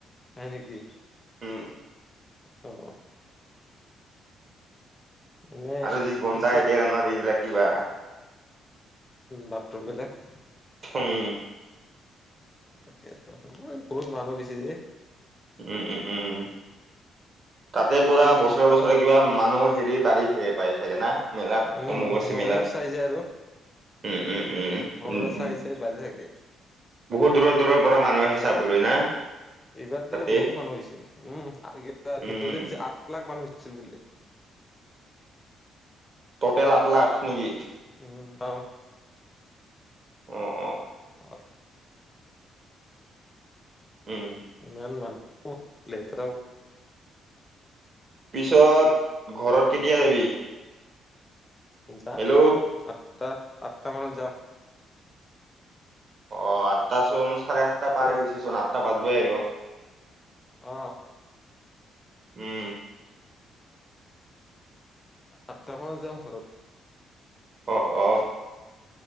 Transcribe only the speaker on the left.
হয় নেকি
অ এনে
পিছত
বাথৰুম বিলাক
তাকেতো হ বহুত মানুহ গেছি যে।
ট্ৰেইন
উম
মোবাইলো
চাই যে আৰু
মবাইলত
চাই চাই বাজি থাকে।
এইবাৰতো
বহুত মানুহ হৈছিল উম
নিউজত দি আঠ লাখ মানুহ হৈছিল বুলি। <inaudible>
উম অ
অ
ইমান মানু্হ লেতেৰা।
যাম
আঠটা আঠটা মানত যাম।
হেল্ল'
অঁ
আঠটা মানত যাম ঘৰত